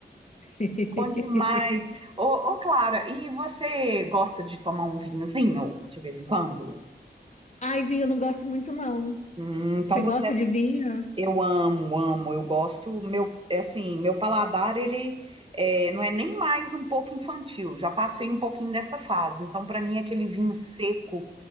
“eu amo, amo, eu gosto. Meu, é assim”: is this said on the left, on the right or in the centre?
Right